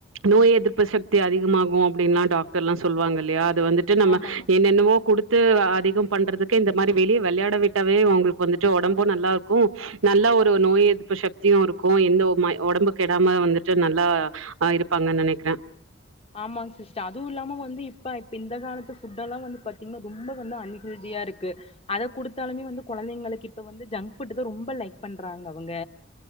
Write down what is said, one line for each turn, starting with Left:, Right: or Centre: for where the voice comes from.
Right: நோய் எதிர்ப்பு சக்தி அதிகமாகு அப்டின்லா டாக்டர்லா சொல்லுவாங்க இல்லையா வந்துட்டு நம்ம
Left: ஆமாமா
Right: என்னென்னவோ குடுத் து அதிகம் பண்றதுக்கு இந்த மாரி வெளிய வெளையாட விட்டாவே அவுங்களுக்கு வந்துட்டு ஒடம்பு நல்லா இருக்கு நல்லா ஒரு நோய் எதிர்ப்பு சக்தியு இருக்கு எந்த ஒப்மாய் ஒடம்பு கெடாம வந்துட்டு நல்லா அ இருப்பாங்கன் நெனக்கிற
Left: ஆமாங் சிஸ்டர் அதுவு இல்லாம வந்து இப்ப இப்ப இந்தக் காலத்து ஃபுட்டல்லா வந்து பாத்தீங்னா ரொம்ப வந்து அன்ஹெல்தியா இருக்கு அத குடுத்தாலுமே வந்து கொழந்தைங்களுக்கு இப்ப வந்து ஜங்க் ஃபுட்டுதா ரொம்ப லைக் பண்றாங்க அவங்க